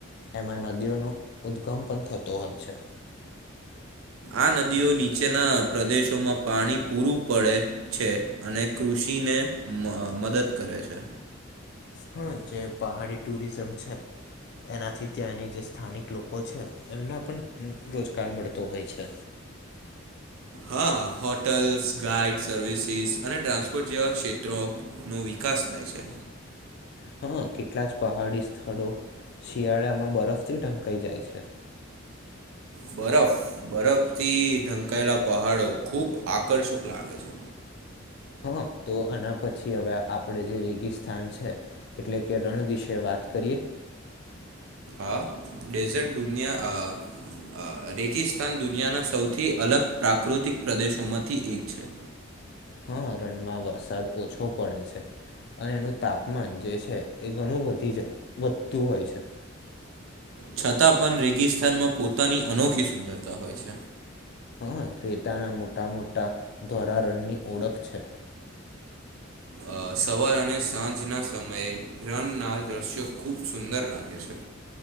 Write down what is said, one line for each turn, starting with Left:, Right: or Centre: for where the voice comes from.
Left: એમાં નદીઓનો ઉદગમ પણ થતો હોય છે
Right: આ નદીઓ નીચેના પ્રદેશોમાં પાણી પૂરું પડે છે અને કૃષિ ચીને મદદ કરે છે
Left: હા જે પહાડી ટુરિઝમ છે એનાથી ત્યાંની જે સ્થાનિક લોકો છે એમને પણ રોજગાર મળતો હોય છે
Right: હા હોટલ્સ ગાઈડ સર્વિસીસ અને ટ્રાન્સપોર્ટ જેવા ક્ષેત્રોનોો વિકાર વિકાસ થાય છે
Left: હા કેટલા જ પહાડી સ્થળો શિયાળામાં બરફથી ઢંકાઈ જાય છે
Right: બરફ બરફથી ઢંકાયેલા પહાડો ખૂબ આકર્ષક લાગે છે
Left: હ તો આના પછી હવે આપડ જે રેગિસ્તાન છે એટલે કે રણ વિશે વાત કરીએ
Right: હા ડેઝર્ટ દુનિયા આ રેગિસ્તાન દુનિયાના સૌથી અલગ પ્રાકૃતિક પ્રદેશોમાંથી એક છે
Left: હા રણમાં વરસાદ ઓછો પડે છે અને એનું તાપમાન જે છે એ ઘણું વધી જ વધતું હોય છે
Right: છતાં પણ રેગિસ્તાનમાં પોતાની અનોખી સુંદરતા હોય છે
Left: હા રેતાના મોટા મોટા ધોળારણની ઓળખ છે <inaudible>
Right: અ, સવાર અને સાંજના સમયે રનના દ્રશ્યો ખૂબ સુંદર લાગે છે